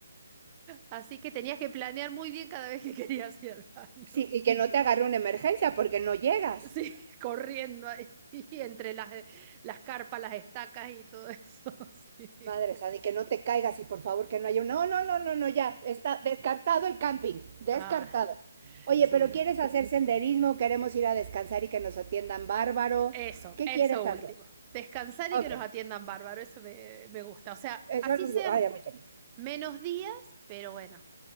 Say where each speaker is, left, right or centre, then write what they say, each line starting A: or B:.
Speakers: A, on the right; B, on the right.
A: Así que tenías que planear muy bien cada vez que querías ir al baño.
B: Sí, y que no te agarre una emergencia porque no llegas.
A: Sí, <laughs> corriendo ahí <laughs> entre las, las carpas, las estacas y todo eso. <laughs> Sí.
B: Madre santa, y que no te caigas y por favor que no haya un... No, no, no, no, no, ya. Está descartado el camping. Descartado.
A: Ah,
B: Oye,
A: sí,
B: pero
A: no.
B: ¿quieres hacer senderismo? ¿Queremos ir a descansar y que nos atiendan bárbaro?
A: Eso,
B: ¿Qué
A: eso
B: quieres
A: último.
B: hacer?
A: Descansar
B: Ok.
A: y que nos atiendan bárbaro, eso me, me gusta. O sea,
B: Eso,
A: así sean
B: ay, a mí también.
A: menos días, pero bueno.